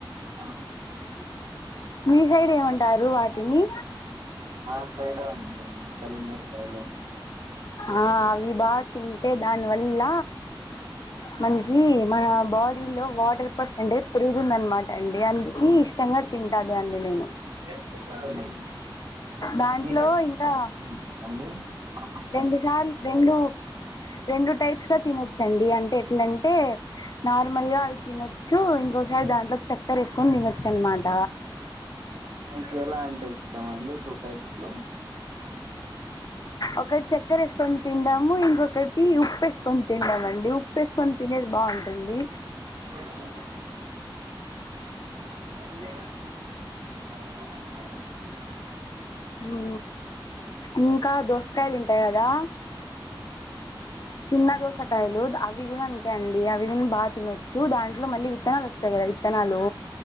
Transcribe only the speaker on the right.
ఆ <inaudible>
మా సైడ్ అంతే కళింగర కాయిలే అంటర్
<unintelligible>
మీకు ఎలా అంటే ఇష్టం అండి టూ టైప్స్ లో
<unintelligible> <inaudible> <unintelligible>